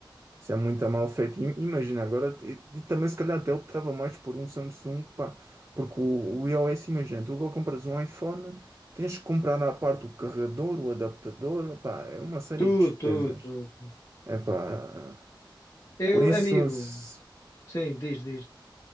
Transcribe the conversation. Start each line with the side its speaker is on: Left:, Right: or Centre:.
Right: Isso é muito mal feito. Im- Imagina, agora e- e também se calhar até optava mais por um Samsung, pá, porque o, o iOS, imagina, tu agora compras um iPhone, tens que comprar à parte o carregador, o adaptador, pá, é uma série
Left: Tudo,
Right: de despesas.
Left: tudo, tudo.
Right: É pá,
Left: Eu,
Right: por isso,
Left: amigo,
Right: se-
Left: sim, diz, diz.